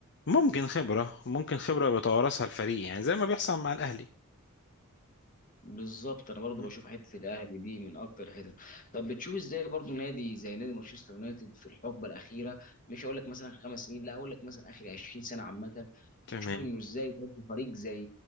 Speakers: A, on the left; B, on the left.
A: ممكن خبرة ممكن خبرة بيتوارثها الفريق يعني زي ما بيحصل مع الأهلي
B: بالظبط انا برضو
A: مم.
B: بشوف حته الاهلي دي من اكتر الحتت طب بتشوف ازاي برضو نادي زي نادي مانشستر يونايتد في الحقبه الاخيره مش هقول لك مثلا خمس سنين لا هقول لك مثلا اخر 20 سنه عامه
A: تمام
B: بتشوف انه ازاي برضو فريق زي